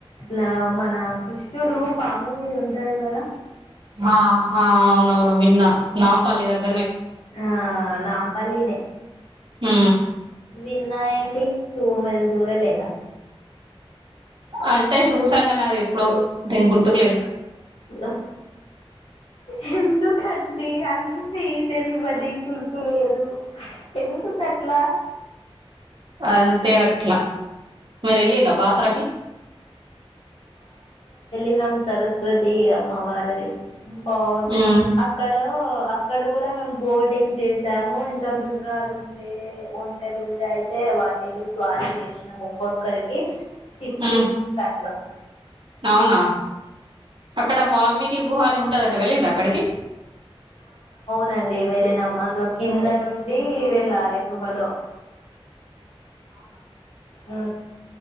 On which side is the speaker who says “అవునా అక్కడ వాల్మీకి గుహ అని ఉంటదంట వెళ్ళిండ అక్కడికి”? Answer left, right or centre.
Right